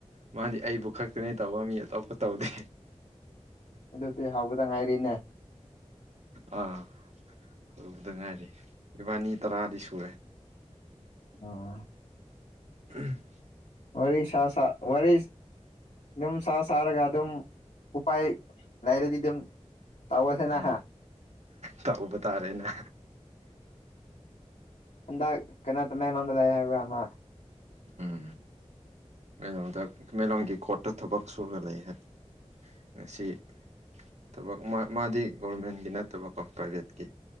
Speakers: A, on the right; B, on the left.
A: ꯃꯥꯗꯤ ꯑꯩꯕꯨ ꯈꯛꯇꯅꯦꯇꯧꯕ ꯃꯤ ꯑꯇꯣꯞꯄ ꯇꯧꯗꯦ
B: ꯑꯗꯨꯗꯤ ꯍꯧꯕꯗ ꯉꯥꯏꯔꯤꯅꯦ
A: ꯑꯥ ꯍꯧꯕꯗ ꯉꯥꯏꯔꯤ ꯏꯕꯥꯅꯤ ꯇꯔꯥꯗꯤ ꯁꯨꯔꯦ
B: ꯑꯣꯑꯥ
A: INAUDIBLE
B: ꯋꯥꯔꯤ ꯁꯥ ꯁꯥꯔ ꯋꯥꯔꯤ ꯗꯨꯝ ꯁꯥ ꯁꯥꯔꯒ ꯑꯗꯨꯝ ꯎꯄꯥꯥꯏ ꯂꯩꯔꯗꯤ ꯑꯗꯨꯝ ꯇꯧꯋꯦꯗꯅꯥ
A: ꯑ ꯇꯧꯕ ꯇꯥꯔꯦꯅ
B: ꯍꯟꯗꯛ ꯀꯅꯥ ꯀꯅꯥꯅꯣ ꯅꯣꯗ ꯂꯩ ꯍꯥꯏꯕ꯭ꯔꯃꯥ
A: ꯎꯪꯝ ꯃꯩꯔꯣꯡꯗ ꯆꯤꯡꯃꯩꯔꯣꯡꯒꯤ ꯀꯣꯔꯠꯇ ꯊꯕꯛ ꯁꯨꯔ ꯂꯩꯍꯦ ꯉꯁꯤ ꯊꯕꯛ ꯃꯥ ꯃꯥꯗꯤ ꯒꯣꯔꯚꯃꯦꯟꯒꯤ ꯅꯠꯇꯕꯀꯣ ꯄ꯭ꯔꯥꯏꯚꯦꯠꯀꯤ